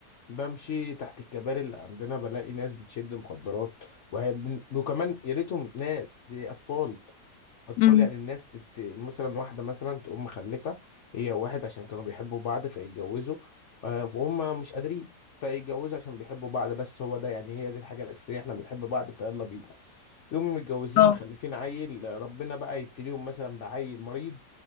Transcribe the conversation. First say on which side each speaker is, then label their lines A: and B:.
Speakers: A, on the left; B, on the left.
A: بمشي تحت الكباري اللي عندنا بلاقي ناس بتشد مخدرات وهي بن- وكمان يا ريتهم ناس دي اطفال
B: <laughs>
A: اطفال
B: امم
A: يعني الناس ت... ت- مثلا واحدة مثلا تقوم مخلفة هي وواحد عشان كانوا بيحبوا بعض فيتجوزوا آه، فهم مش قادرين فيتجوزوا عشان بيحبوا بعض بس هو ده يعني هي دي الحاجة الأساسية احنا بنحب بعض فيلا بينا يوم متجوزين
B: اه
A: مخلفين عيل ربنا بقى يبتليهم مثلا بعيل مريض